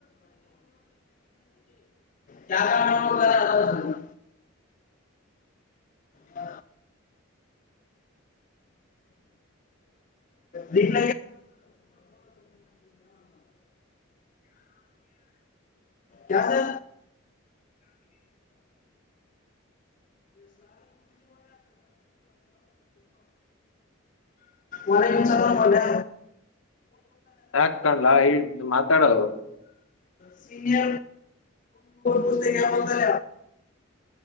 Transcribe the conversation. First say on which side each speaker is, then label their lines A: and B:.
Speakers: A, on the left; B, on the left.
A: ಕ ಕಣ ಕ ಅ ಹ ಇ ಹ ಕಸ ಒನೆ ನಿಂ ಚದರಕೆ
B: ಯಾ ಕಾಣಲ ಇು ಮಾತಾಡದು
A: ಸೀನಿಯ ಪುಸ್ತಕತಲ